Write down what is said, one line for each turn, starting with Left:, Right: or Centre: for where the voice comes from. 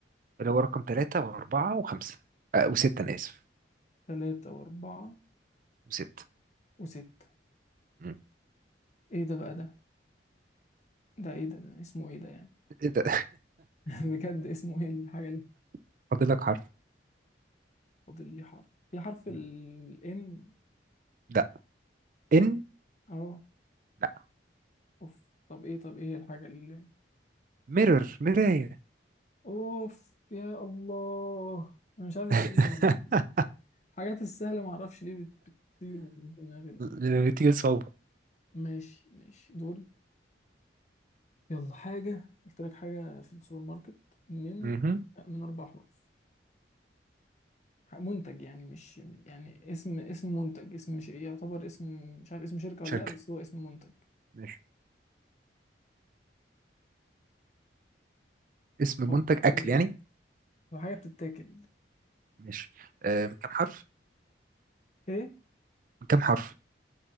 Right: اللي هو رقم ثلاثة وأربعة وخمسة أه وستة أنا آسف
Left: تلاتة وأربعة
Right: وستة
Left: وستة
Right: مم.
Left: إيه ده بقى ده؟ ده إيه ده؟ ده اسمه إيه ده يعني؟
Right: إيه ده
Left: <laughs> بجد اسمه إيه الحاجة اللي
Right: <laughs> فاضل لك حرف
Left: فاضل لي حرف؟ في حرف ال
Right: مم.
Left: N
Right: لا إن
Left: أه
Right: لا
Left: أوف طب إيه طب إيه الحاجة اللي
Right: ميرور مراية
Left: أوف يا الله أنا مش عارف إزاي
Right: <laughs>
Left: ما أنا الحاجات السهلة معرفش ليه بت... بتطير من دماغي
Right: لما بتيجي صعوبة
Left: ماشي ماشي دول يلا حاجة قلت لك حاجة في السوبر ماركت من
Right: مهم.
Left: من أربع حروف منتج يعني مش يعني اسم اسم منتج اسم مش ايه، يعتبر اسم مش عارف اسم شركة
Right: شركة
Left: ولا لا بس هو اسم منتج
Right: ماشي اسم
Left: حط
Right: منتج
Left: كده
Right: أكل
Left: بقى.
Right: يعني
Left: هو حاجة بتتاكل
Right: ماشي آه من كم حرف؟
Left: ايه
Right: من كم حرف؟